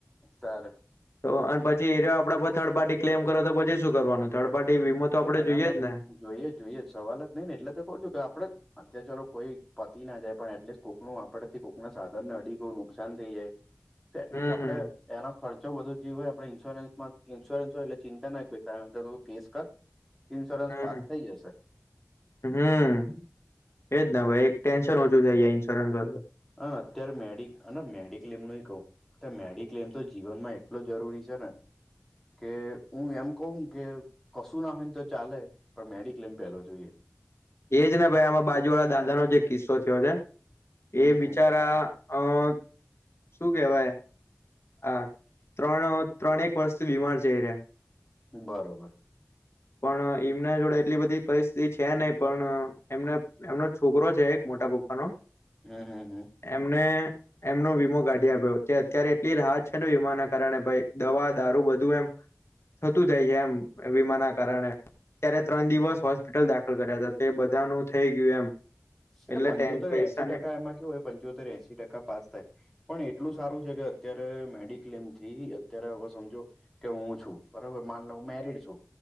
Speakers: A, in the centre; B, on the left.
A: સાર
B: તો અને પછી એરયો આપડે થર્ડ પાર્ટી ક્લેમ કરો તો પછી શું કરવાનું થર્ડ પાર્ટી વીમો તો આપડે
A: એના
B: જોઈએ
A: માટે
B: જ ને
A: જોઈએ જ જોઈએ જ સવાલ જ નઈ ને એટલે તો કહ છું કે આપડ અત્યારે ચાલો કોઈ પતિ ના જાય પણ એટલીસ્ટ કોકનું આપડથી કોકના સાધન ને અડીું નુકસાન થઈ જાય એટલીસ્ટ
B: હમ
A: આપડે
B: હમ
A: એના ખર્ચો વધુ જે હોય આપણે ઈન્સ્યોરન્સમાં ઈન્સ્યોરન્સ હોય એટલે ચિંતા નાક વ્યક્ ફેસ કર ઇન્સ્યોરન્સ
B: હમ
A: પાસ થઇ જશે
B: હમ એજ ના ભાઈ એક ટેન્શન ઓછું થઈ જાય ઇન્સ્યોરન્સ હોય તો.
A: હ અત્યારે મેડ મેડિક્લેમ ન કહું. અ મેડિક્લેમ તો જીવનમાં એટલ જરૂરી છે ને કે હું એમ કવું કે કશું ના હોય ને તો ચાલે પણ મેડિક્લેમ પહેલો જોઈએ
B: એજ ને ભાઈ આમાં બાજુ વાળા દાદાનોો જે કિસ્સો થયો છે
A: હમ
B: એ
A: હમ
B: બિચારા અ શું કેવાય હા ત્રણ ત્રણેક વર્ષથી બીમાર જઈ રહ્યા
A: બરોબર
B: પણ એમના જોડે એટલી બધી પરિસ્થિતિ છે નહ પણ એમને એમનો છોકરો છે એક મોટા પપ્પાનો
A: હમ હમ હમ
B: એમને એમનો વીમો કાઢી આપ્યો જે અત્યારે એટ રાહત છે ને વીમાના કારણે ભ દવા દારૂ બધું એમ થતું જાય છે એમ વીમા ના કારણે. ત્યારે ત્રણ દિવસ હોસ્પિટલ દાખલ કર્યા હતા તો એ બધાનું થઈ ગયું એમ
A: એટલે પંચોતેર
B: ટેન પૈસાની
A: એસી ટકા એમાં કેવું હોય પંચોતેર એસી ટકા પાસ થાય. પણ એટલું સારું છે કે અત્યારે મેડિક્લેમ થી અત્યારે હવે સમજો કે હું છું બરોબર માન હું મેરીડ છું.